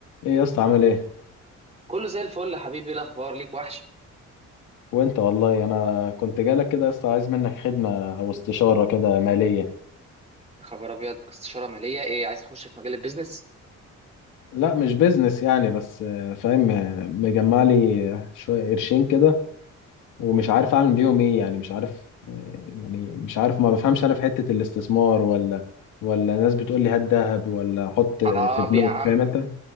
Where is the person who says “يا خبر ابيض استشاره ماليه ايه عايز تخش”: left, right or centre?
Right